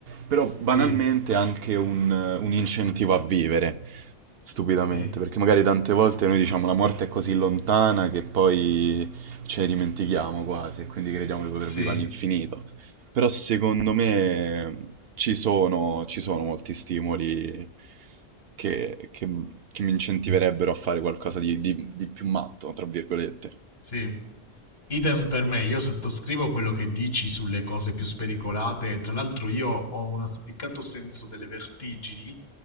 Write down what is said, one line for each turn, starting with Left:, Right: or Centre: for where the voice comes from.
Right: Però banalmente
Left: sì,
Right: anche un, un incentivo a vivere, stupidamente,
Left: sì,
Right: perché magari tante volte noi diciamo la morte è così lontana che poi ce ne dimentichiamo quasi e quindi crediamo di poter
Left: sì,
Right: vivere all'infinito. Però secondo me ci sono, ci sono molti stimoli che, che m- che mi incentiverebbero a fare qualcosa di, di- di più matto, tra virgolette.
Left: sì. Idem per me, io sottoscrivo quello che dici sulle cose più spericolate. Tra l'altro io ho un spiccato senso delle vertigini